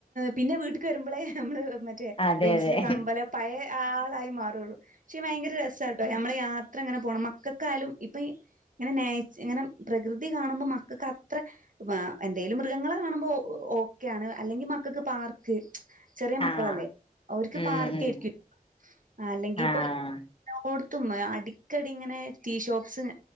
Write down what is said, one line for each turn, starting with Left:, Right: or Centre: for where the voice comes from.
Right: പിന്നെ വീട്ടിക്ക് വരുമ്പോളേ നമ്മള് മ റ്റേ
Left: അതെ
Right: റീൽസിലൊക്കെ
Left: അതെ
Right: കാണുമ്പോലേ പഴേ ആളായി മാറൂള്ളു പക്ഷെ ഭയങ്കര രസവാ നമ്മള് യാത്ര ഇങ്ങനെ പോണം മക്കക്കായാലും ഇപ്പൊ ഈ ഇങ്ങനെ നേച്ച ഇങ്ങനെ പ്രകൃതി കാണുമ്പോൾ മക്കൾക്ക് അത്ര എന്തേലും മൃഗങ്ങളെ കാണുമ്പോൾ ഓക്കെയാണ് അല്ലെങ്കിൽ മക്കൾക്ക് പാർക്ക് ചെറിയ മക്കളല്ലേ
Left: ആഹ്
Right: അവർക്ക്
Left: ഉം
Right: പാർക്കാരിക്കും
Left: ഉം
Right: അല്ലെങ്കി
Left: ആഹ്
Right: ഇപ്പൊ <unintelligible> അടിക്കടി ഇങ്ങനെ ടീ ഷോപ്സും